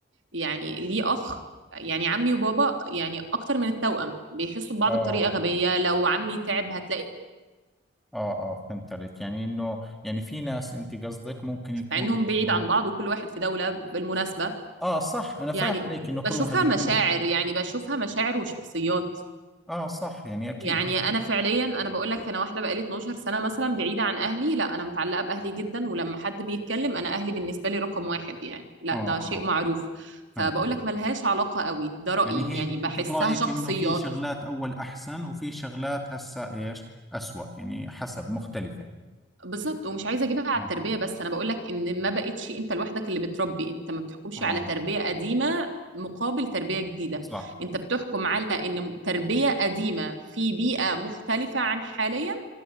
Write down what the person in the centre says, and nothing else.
آه
اه اه فهمت عليك يعني انه يعني في ناس انت قصدك ممكن يكون
لهم
اه صح انا
فاهم عليك انه كل
واحد يكون
اه صح يعني اكيد
هذا
اه
اه
فهمت عليك
يعني هي
انت
برايك
انه في شغلات اول احسن وفي شغلات هسه ايش اسوأ يعني حسب مختلفة
اه
اه
صح